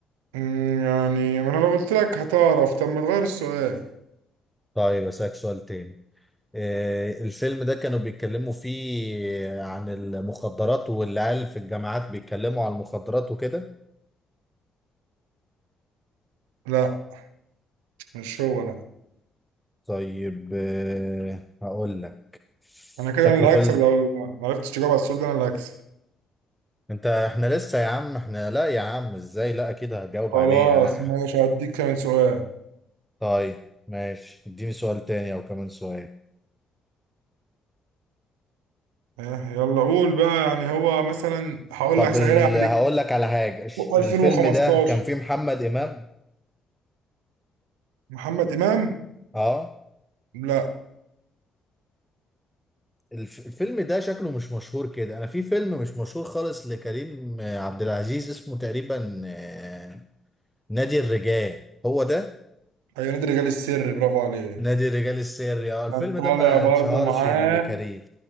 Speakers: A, on the right; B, in the centre.
A: أمم، يعني ما انا لو قلت لك هتعرف طب ما تغير السؤال
B: طيب اسالك سؤال تاني آه الفيلم ده كانوا بيتكلموا فيه عن المخدرات والعيال في الجامعات بيتكلموا عن المخدرات وكده
A: لا مش هو لا
B: طيب آه هقول لك
A: انا كده
B: شكله
A: انا اللي
B: فيلم
A: هكسب لو ما عرفتش تجاوب على السؤال ده انا اللي هكسب
B: انت احنا لسه يا عم احنا لا يا عم ازاي لا اكيد هجاوب
A: خلاص
B: عليه انا ح...
A: ماشي هديك كمان سؤال
B: طيب ماشي اديني سؤال تاني او كمان سؤال
A: إيه، يلا قول بقى يعني هو مثلا هقول
B: طب
A: لك سهلها
B: ال...
A: عليك
B: هقول لك على حاجة ش- الفيلم
A: 2015
B: ده كان فيه محمد امام
A: محمد امام
B: اه
A: لا
B: الف... الفيلم ده شكله مش مشهور كده انا في فيلم مش مشهور خالص لكريم آه، عبد العزيز اسمه تقريبا آه، نادي الرجال هو ده
A: ايوه نادي الرجال السري برافو عليه
B: نادي الرجال السري اه الفيلم
A: كان طالع
B: ده ما
A: برضو
B: انشهرش
A: معاه
B: لكريم